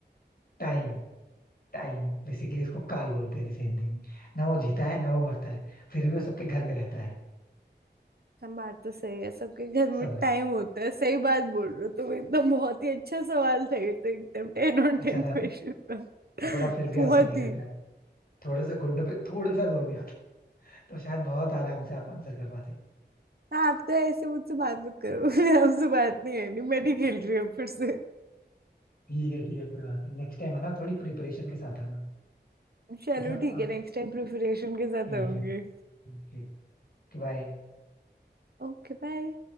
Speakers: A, on the left (about 55°); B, on the right (about 60°).
A: टाइम टाइम बेसिकली इसको काल बोलते हैं जैसे हिंदी में ना वो जीता है ना वो मरता है फिर भी वो सबके घर में रहता है
B: हम बात तो सही है सबके घर में
A: समय
B: टाइम होता है सही बात बोल रहे हो तुम एकदम बहुत ही अच्छा सवाल था ये तो एकदम 10 ऑन
A: अच्छा
B: 10
A: था ना
B: क्वेश्चन था
A: बड़ा फिर भी
B: बहुत
A: आंसर नहीं
B: ही
A: कर पाया थोड़ा सा घुटनों पे थोड़ा सा जोर दिया था तो शायद बहुत आराम से आप आंसर कर पाते
B: आप तो ऐसे मुझसे बात मत करो <laughs> आपसे बात नहीं है नहीं मैं नहीं खेल रही हूँ फिर से
A: ठीक है ठीक है कोई बात नहीं नेक्स्ट टाइम आना थोड़ी प्रिपरेशन के साथ आना
B: चलो
A: मतलब
B: ठीक
A: अम,
B: है नेक्स्ट टाइम प्रिपरेशन के साथ
A: ठीक
B: आऊंगी
A: है ओके बाय
B: Okay bye